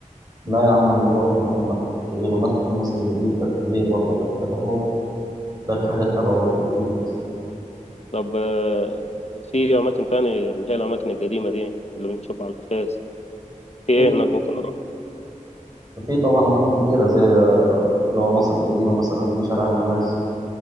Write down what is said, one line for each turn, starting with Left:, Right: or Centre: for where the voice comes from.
Right: لا يا عم نروح نروح المتحف الكبير والمتحف المصري الجديد ده الكبير برضه اللي افتتحوه ده في حاجات حلوة برضه جديد بس
Left: طب آه، في اماكن تاني اللي هي الاماكن القديمه دي اللي بنشوفها على الفيس في
Right: في
Left: ايه هناك ممكن اروح
Right: في طبعا أماكن كتيرة زي آه، اللي هو مصر القديمة مثلا في شارع المعز